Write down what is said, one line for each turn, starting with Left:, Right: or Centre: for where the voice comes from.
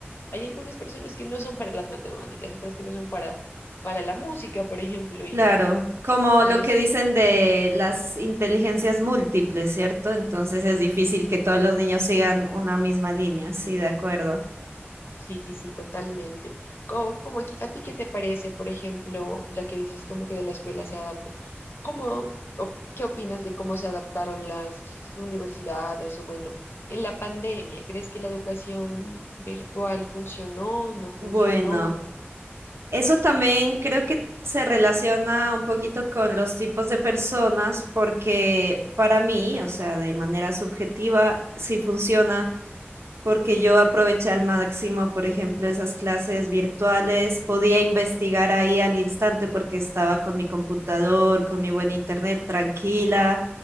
Left: hay algunas personas que no son para las matemáticas, otras que no son para, para la música, por ejemplo, y
Right: Claro, como
Left: entonces...
Right: lo que dicen de las inteligencias múltiples, ¿cierto? Entonces es difícil que todos los niños sigan una misma línea, sí, de acuerdo.
Left: Sí, sí, sí, totalmente. Co- Como, aquí- a ti qué te parece, por ejemplo, ya que dices como que de la escuela se adapte, ¿cómo, op- qué opinas de cómo se adaptaron las universidades o bueno, en la pandemia? ¿Crees que la educación virtual funcionó, no funcionó?
Right: Bueno, eso también creo que se relaciona un poquito con los tipos de personas, porque para mí, o sea, de manera subjetiva, sí funciona porque yo aproveché al máximo, por ejemplo, esas clases virtuales, podía investigar ahí al instante porque estaba con mi computador, con mi buen internet tranquila,